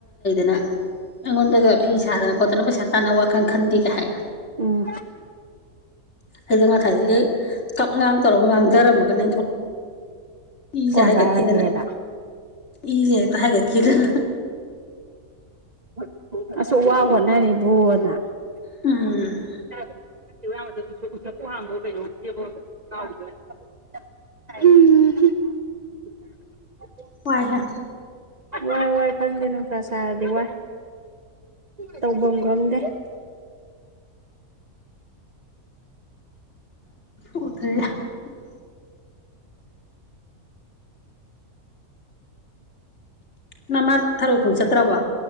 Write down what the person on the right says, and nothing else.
ꯎꯝ
ꯀ꯭ꯋꯥ
ꯆꯥꯔꯒꯦꯗ
<unintelligible>
<unintelligible>
ꯋꯥꯏ ꯋꯥꯏ ꯈꯪꯗꯦ ꯅꯨꯡꯁꯥ ꯁꯔꯗꯤ ꯋꯥꯏ ꯇꯧꯕꯝ ꯈꯪꯗꯦ